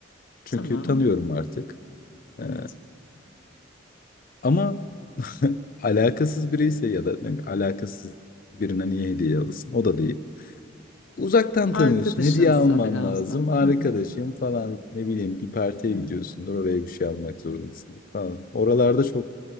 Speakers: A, on the left; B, on the left.
A: Çünkü
B: Tamam.
A: tanıyorum artık. Eee,
B: Evet.
A: ama <laughs> Alakasız biri ise ya da ne bileyim, alakasız birine niye hediye alırsın? O da değil. Uzaktan
B: Arkadaşınsa
A: tanıyorsun. Hediye alman
B: biraz
A: lazım.
B: daha.
A: Arkadaşım
B: Hı hı.
A: falan ne bileyim bir partiye
B: Hı
A: gidiyorsundur.
B: hı.
A: Oraya bir şey almak zorundasındır falan. Oralarda çok